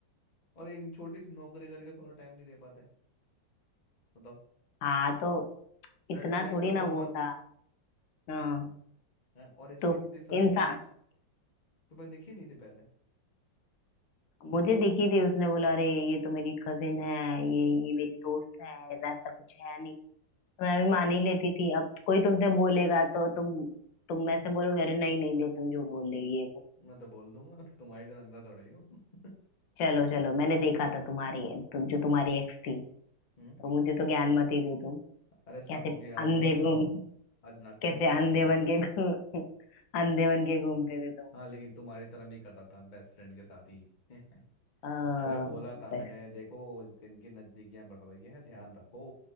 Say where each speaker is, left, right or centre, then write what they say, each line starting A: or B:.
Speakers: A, on the left (about 30°); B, on the left (about 75°).
A: और एक छोटी सी नौकरी करके थोड़ा टाइम नहीं दे पाते बताओ
B: हाँ तो इतना
A: रेड फ्लैग
B: थोड़ी
A: नंबर
B: ना वो
A: वन
B: था हाँ
A: है और इसकी
B: तो
A: इतनी सारी
B: इंसान
A: फ्रेंड्स तुम्हें दिखी नहीं थी पहले
B: मुझे दिखी थी उसने बोला अरे ये तो मेरी कजिन है ये ये मेरी दोस्त है ऐसा कुछ है नहीं तो मैं भी मान ही लेती थी अब कोई तुमसे बोलेगा तो तुम तुम मैं से बोलोगे अरे नहीं नहीं नहीं तुम झूठ बोल रहे हो ये वो
A: मैं तो बोल दूंगा <laughs> तुम्हारी तो नंदा थोड़े ही हो <laughs>
B: चलो चलो मैंने देखा था तुम्हारी तुम जो तुम्हारी एक्स थी
A: हम्म
B: तो मुझे तो ज्ञान मत ही दो तुम
A: अरे सांपों
B: कैसे
A: की याद
B: अंधे
A: मत दिलाओ
B: घूम <laughs>
A: आज नागपंचमी
B: कैसे अंधे
A: नहीं है
B: बन के घूम <laughs> अंधे बन के घूमते थे तुम
A: हाँ लेकिन तुम्हारी तरह नहीं कटा था बेस्ट फ्रेंड के साथ ही <laughs>
B: आ,
A: तुम्हें बोला
B: बस
A: था मैंने देखो इनकी नजदीकियां बढ़ रही है ध्यान रखो